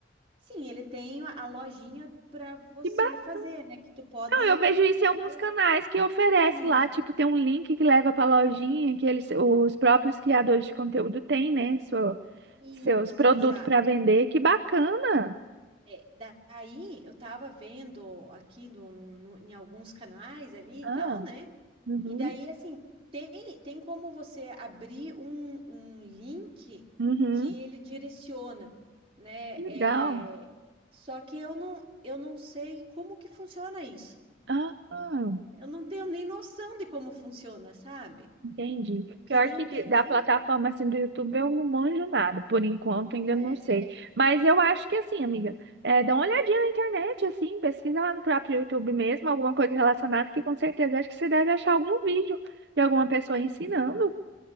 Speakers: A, on the right; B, on the right.
A: Sim, ele tem a a lojinha para você
B: Que bacana.
A: fazer, né? Que tu pode,
B: Eu vejo isso
A: pode
B: em alguns
A: ter
B: canais que oferece
A: isso,
B: lá, tipo, tem um link que leva pra lojinha que eles, os próprios criadores de conteúdo têm,
A: isso,
B: né? seu-
A: isso,
B: seus produtos
A: exato.
B: pra vender. Que bacana.
A: É, daí eu tava vendo aqui no, no- no- em alguns canais ali
B: Ah,
A: e tal, né?
B: uhum,
A: E daí assim tem tem como você abrir um, um link
B: uhum.
A: que ele direciona, né?
B: Legal.
A: É, só que eu não eu não sei como que funciona isso.
B: Ah.
A: Eu não tenho nem noção de como funciona, sabe?
B: Entendi.
A: Eu queria
B: Pior
A: entender.
B: que de- da plataforma assim do YouTube eu não manjo nada, por enquanto ainda
A: É,
B: não sei. Mas eu acho que assim, amiga, é, dá uma olhadinha na internet, assim, pesquisa lá no próprio YouTube mesmo, alguma coisa relacionada, que com certeza acho que você deve achar algum vídeo de alguma pessoa ensinando.
A: uhum.